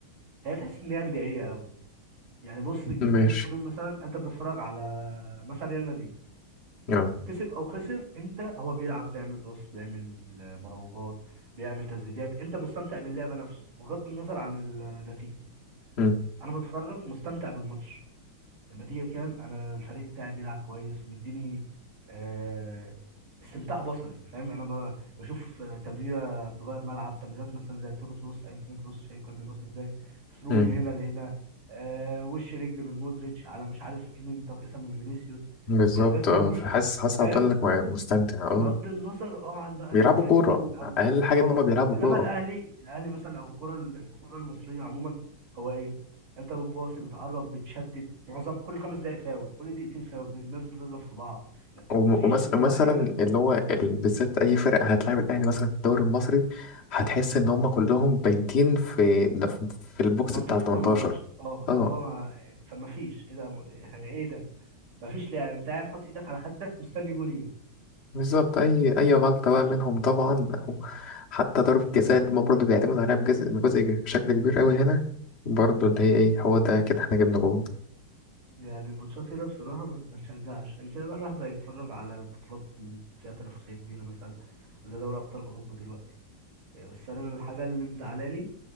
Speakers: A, on the right; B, on the left.
A: هي تحس ان هي بدائيه قوي يعني بص تيجي
B: ماشي
A: تقارن مثلا انت بتتفرج على مثلا ريال مدريد
B: أه
A: كسب او خسر انت هو بيلعب بيعمل باص بيعمل مراوغات بيعمل تسديدات انت مستمتع باللعبه نفسه بغض النظر عن النتيجه
B: أمم،
A: انا بتفرج مستمتع بالماتش النتيجة كام انا الفريق بتاعي بيلعب كويس ومديني آه، استمتاع بصري فاهم انا ب- بشوف آه، تمريرة بتغير ملعب تمريرات مثلا زي التورو كروس ايام توني كروس شايف كان بيباص ازاي ثرو
B: أمم.
A: من هنا لهنا آه، وش رجل من مودريتش على مش عارف ايه من ترقيصة من فينيسيوس
B: بالظبط
A: حاجات
B: أه
A: من دي
B: فحاسس حاسس
A: فاهم
B: هتقول لك مستمتع أه
A: بغض النظر اه عن بقى
B: بيلعبوا
A: ان جت
B: كورة
A: جون او
B: أقل حاجة
A: اه
B: إن هما بيلعبوا
A: انما
B: كورة
A: الاهلي الاهلي مثلا او الكره الكره المصريه عموما هو ايه انت بتباصي بتعرب بتشتت معظم كل خمس دقائق فاول كل دقيقتين فاول الناس بتضرب في بعض لا
B: وم-
A: مفيش
B: ومس-
A: اللي
B: ومثلا
A: هو ايه ده
B: اللي هو ال- بالذات اي فرق هتلاعب الاهلي مثلا في الدوري المصري هتحس ان هم كلهم بايتين في ده في في البوكس
A: منطقه
B: بتاع 18
A: ال 18 اه اللي
B: اه
A: هو ما- فمفيش ايه ده يعني ايه ده مفيش لعب انت قاعد حاطط ايدك على خدك مستني جول يجي
B: بالظبط اي اي غلطه
A: مفيش
B: بقى منهم طبعا أو حتى ضربه جزاء اللي هما برضه بيعتمد عليها بجزء بجزء كبير- بشكل كبير قوي هنا برضه اللي هي ايه هو ده كده احنا جبنا جول
A: يعني الماتشات هنا بصراحة ما ما تشجعش يعني كده بقى الواحد بقى يتفرج على بطولات م- فيها تنافسية كبيرة مثلا زي دوري أبطال أوروبا دلوقتي يعني بس أنا الحاجة اللي مزعلاني